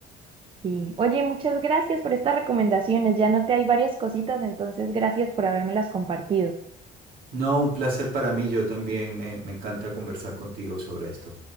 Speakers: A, on the right; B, on the right.
A: sí. Oye, muchas gracias por estas recomendaciones. Ya noté hay varias cositas, entonces gracias por habérmelas compartido.
B: No, un placer para mí. Yo también me, me encanta conversar contigo sobre esto.